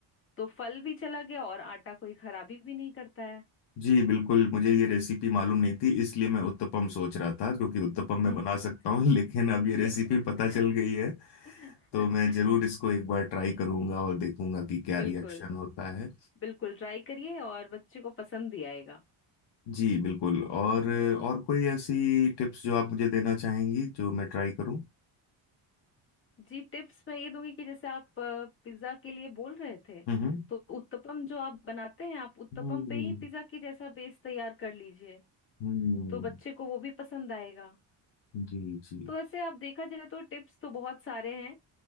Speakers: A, on the left (about 25°); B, on the left (about 60°).
A: तो फल भी चला गया और आटा कोई खराबी भी नहीं करता
B: जी बिल्कुल मुझे ये रेसिपी मालूम नहीं थी इसलिए मैं उत्तपम सोच रहा था क्योंकि उत्तपम मैं
A: है
B: बना सकता
A: <laughs>
B: हूँ <laughs> लेकिन अब
A: <laughs>
B: ये रेसिपी पता चल गई है तो मैं जरूर इसको एक बार ट्राई करूंगा और देखूंगा कि क्या
A: बिल्कुल
B: रिएक्शन होता है
A: बिल्कुल ट्राई करिए और बच्चे को पसंद भी आएगा
B: जी बिल्कुल और और कोई ऐसी टिप्स जो आप मुझे देना चाहेंगी जो मैं ट्राई करूं
A: जी टिप्स मैं ये दूंगी कि जैसे आप पिज्जा के लिए बोल रहे थे
B: हम्म
A: तो उत्तपम जो आप बनाते हैं आप उत्तपम
B: हम्म
A: पे ही पिज्जा की जैसा बेस तैयार कर लीजिए
B: हम्म हम्म,
A: तो बच्चे को वो भी पसंद आएगा
B: जी जी
A: तो ऐसे आप देखा जाए तो टिप्स तो बहुत सारे हैं